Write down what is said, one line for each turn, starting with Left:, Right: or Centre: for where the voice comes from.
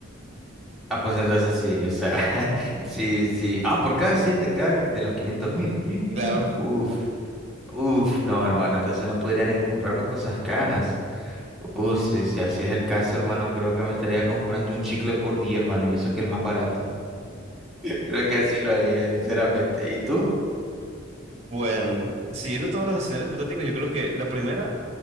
Centre: Ah, pues entonces sí, o sea, <laughs> sí, sí. Ah, por cada 100 de cada, de los quinientos mil. <gasps>
Right: Claro.
Centre: Uf, uf, no, hermano, entonces no podría ni comprarme cosas caras. Uy, si, si así es el caso, hermano, creo que me estaría comprando un chicle por día, hermano, y eso que es el más barato. Creo que así lo haría, sinceramente. ¿Y tú?
Right: Bueno, siguiendo todos los escenarios hipotéticos, yo creo que la primera,